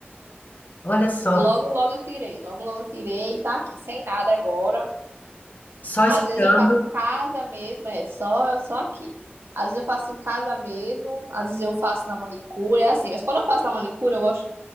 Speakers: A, on the left; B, on the right.
A: Olha só.
B: Logo, logo eu tirei, logo, logo eu tirei, tá aqui, sem nada agora.
A: Só esperando.
B: Às vezes eu faço em casa mesmo, é só, só aqui. Às vezes eu faço em casa mesmo, às vezes eu faço na manicure, é assim. Mas quando eu faço na manicure, eu gosto.